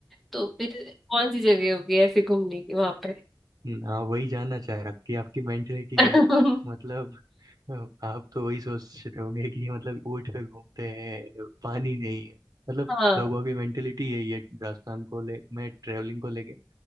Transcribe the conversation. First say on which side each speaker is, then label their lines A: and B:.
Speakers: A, in the centre; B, on the right (about 55°).
A: तो फिर कौन सी जगह होगी ऐसे घूमने की वहां पे
B: हाँ वही जानना चाह रहा था कि आपकी मेंटेलिटी
A: <laughs>
B: क्या है मतलब अ, आप तो वही सोच रहे होंगे कि मतलब ऊँट पे घूमते हैं पानी नहीं है मतलब
A: हाँ
B: लोगों की मेंटेलिटी यही है राजस्थान को ले मैं ट्रेवलिंग को लेके